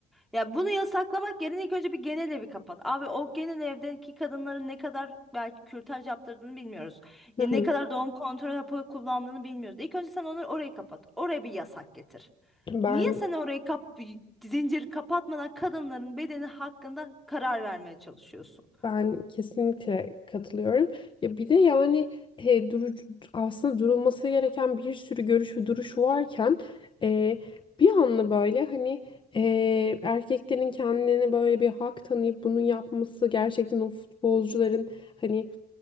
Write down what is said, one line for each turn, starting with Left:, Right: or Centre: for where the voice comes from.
Centre: Ya bunu yasaklamak yerine ilk önce bir genel evi kapat. Abi o genel evdeki kadınların ne kadar belki kürtaj yaptırdığını bilmiyoruz.
Left: Hı
Centre: Ne
Left: hı.
Centre: kadar doğum kontrol hapı kullandığını bilmiyoruz. İlk önce sen onları orayı kapat. Oraya bir yasak getir.
Left: Ben
Centre: Niye sen orayı kap zincir kapatmadan kadınların bedeni hakkında karar vermeye çalışıyorsun?
Left: ben kesinlikle katılıyorum. Ya bir de yani e, duru, aslında durulması gereken bir sürü görüş ve duruş varken e, bir anla böyle hani e, erkeklerin kendine böyle bir hak tanıyıp bunu yapması gerçekten o futbolcuların hani